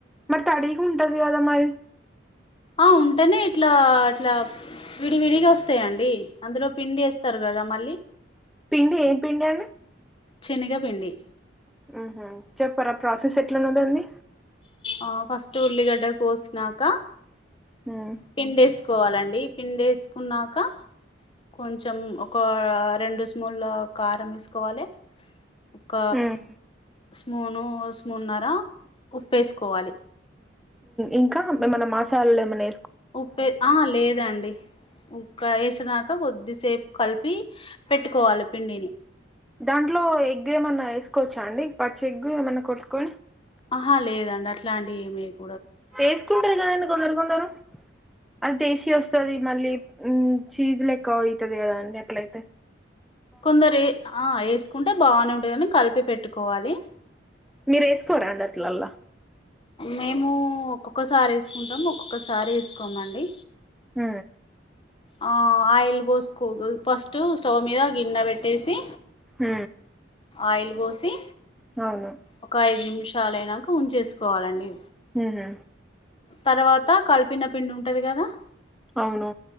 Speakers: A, in the centre; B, on the left.
A: మరి తడికి ఉంటది కదా మరి
B: ఆ ఉంటేనే ఇట్లా అట్లా విడివిడిగా వస్తాయండి అందులో పిండి వేస్తారు కదా మళ్ళీ
A: పిండి ఏం పిండి అండి
B: శనిగ పిండి
A: ఆహ చెప్పరాా ప్రాసెస్ ఎట్లా వండాలి
B: ఆ ఫస్ట్ ఉల్లిగడా కోసినాక
A: ఉమ్.
B: పిండేసుకోవాలండి పిండేసుకున్నాక కొంచెం ఒక రెండు స్మూన్ల కారం వేసుకోవాలి ఒక
A: ఉమ్.
B: స్మూను స్మూన్న్నర ఉప్పేసుకోవాలి
A: ఇంకా ఏమన్నా మాసాలల్లో ఏమన్నా
B: ఉప్పే ఆ లేదండి ఉ వేసినాక కొద్దిసేపు కలిపి పెట్టుకోవాలి పిండిని
A: దాంట్లో ఎగ్ ఏమన్నా వేసుకోవచ్చా అండి పచ్చి ఎగ్గు ఏమన్నా కొట్టుకొని
B: ఆహా లేదండి అట్లా అంటి ఏమి ఎయారు
A: వేసుకుంటారు కదాండి కొందరు కొందరు అది టేస్టీ వస్తుది మళ్ళీ చీజ్ లెక్క అవుతుది కదా అండి ఎట్లయితే
B: కొందరు ఆ వేసుకుంటే బాగానే ఉంటుందని కలిపి పెట్ కోవాలి
A: మీరు వేసుకోరా అన్న అట్లలా
B: మేము ఒక్కొక్కసారి వేసుకుంటాము ఒక్కొక్కసారి వేసుకోమండి
A: హ
B: ఆ ఆయిల్ పోసుకో ఫస్ట్ స్టవ్ మీద గిన్నె పెట్టేసి
A: హ
B: ఆయిల్ పోసి
A: అవును
B: ఒక ఐదు నిమిషాలు అయినాక ఉంచేసుకోవాలండి
A: హ
B: తర్వాత కలిపిన పిండి ఉంటది కదా
A: అవును